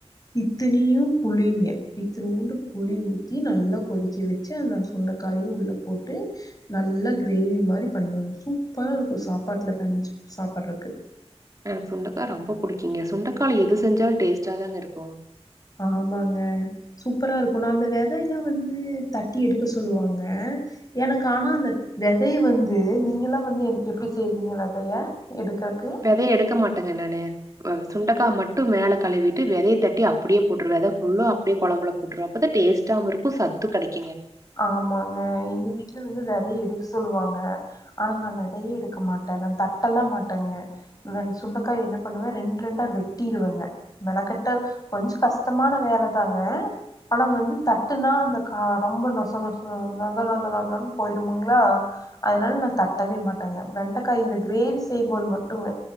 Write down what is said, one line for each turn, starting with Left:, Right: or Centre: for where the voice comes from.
Left: இத்தனயும் புளிங்க இத்துணுண்டு புளி ஊத்தி நல்லா கொதிக்க வச்சு அந்த சுண்டக்காயும் உள்ள போட்டு நல்லா கிரேவி மாரி பண்ணுவங்க சூப்பரா இருக்கும் சாப்பாட்ல பெணஞ்சு சாப்றதுக்கு
Right: எனக்கு சுண்டக்காய் ரொம்ப புடிக்குங்க சுண்டக்கால எது செஞ்சாலும் டேஸ்ட்டா தாங்க இருக்கும்
Left: ஆமாங்க சூப்பரா இருக்கும் ந அந்த வெதயெலாம் வந்து தட்டி எடுக்க சொல்லுவாங்க எனக்கு ஆனா அந்த வெதை வந்து நீங்க எலாம் வந்து எப்டி செய்வீங்க வெதய எடுகாக்கு
Right: இப்பவே எடுக்க மாட்டேங்க நானு ஆ சுண்டக்காய் மட்டும் மேல கழுவிட்டு வெதைய தட்டி அப்டியே போட்டுருத ஃபுல்லா அப்டியே குழம்புல உட்று அப்பதா டேஸ்ட்டாவும் இருக்கும் சத்து கெடைக்குங்க
Left: ஆமாங்க எங்க வீட்ல வந்து வெதைய எடுக்க சொல்லுவாங்க ஆனா நா விதையே எடுக்க மாட்டேன் நா தட்டல்ல மாட்டேங்க வ சுண்டக்காய் என்ன பண்ணுவேன் ரெண்டு ரெண்டா வெட்டிருவங்க மெனக்கிட்ட கொஞ்ச கஷ்டமான வேலதாங்க ஆனா வந்து தட்டுனா அந்த கா ரொம்ப நொ ச நொச நொத நொத நொதனு போயிருமுங்ளா அதனால நா தட்டவே மாட்டேங்க வெண்டக்காய் இந்த கிரேவி செய்யும் போது மட்டுங்க